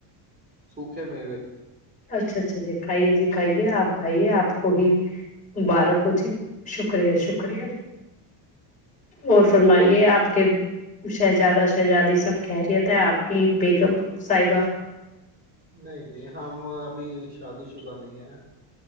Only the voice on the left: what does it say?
اچھا اچھا جی کھائیے جی کھائیے آپ کھائیے آپ کو ہی مبارک ہو جی شکریہ شکریہ اور فرمائیے آپ کے شہزادہ شہزادی سب خیریت ہے آپ کی بیگم صاحبہ